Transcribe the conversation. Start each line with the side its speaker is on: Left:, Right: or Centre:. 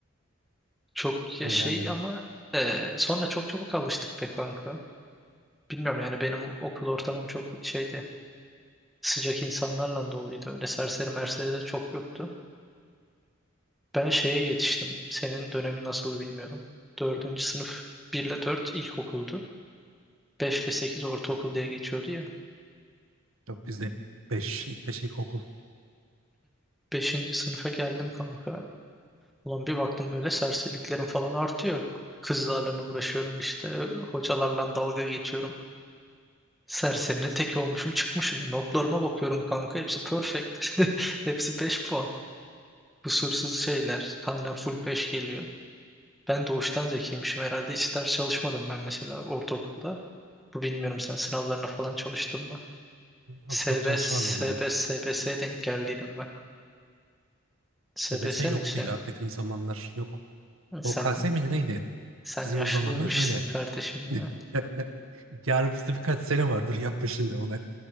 Centre: Çok ya
Right: Neler
Centre: şey
Right: neler.
Centre: ama eee, sonra çok çabuk alıştık be kanka. Bilmiyorum yani benim okul ortamım çok şeydi. sıcak insanlarla doluydu. Öyle serseri merseri de çok yoktu. Ben şeye yetiştim. Senin dönemin nasıl bilmiyorum. Dördüncü sınıf 1 ile 4 ilkokuldu. 5 ile 8 ortaokul diye geçiyordu ya.
Right: Yok bizde beş, ilk beş ilkokul.
Centre: Beşinci sınıfa geldim kanka. Ulan bir baktım böyle serseriliklerim falan artıyor. Kızlarla ne uğraşıyorum işte. Hocalarla dalga geçiyorum. Serserine tek olmuşum çıkmışım. Notlarıma bakıyorum kanka. Hepsi perfect. <laughs> Hepsi 5 puan. Kusursuz şeyler. Kalden full 5 geliyor. Ben doğuştan zekiymişim herhalde. Hiç ders çalışmadım ben mesela ortaokulda. Bu bilmiyorum sen sınavlarına falan çalıştın mı? SBS,
Right: Yok çok çalışmazdım
Centre: SBS,
Right: ben.
Centre: SBS'ye denk geldiydim ben.
Right: SBS
Centre: SBS
Right: yoktu
Centre: miydi senin?
Right: ya benim zamanlar. Yok.
Centre: Sen,
Right: OKS miydi neydi?
Centre: sen
Right: Bizim
Centre: yaşlıymışsın
Right: o zamanlar öyle.
Centre: kardeşim
Right: <laughs>
Centre: ya.
Right: Yarın bizde birkaç sene vardır yapma şimdi onu.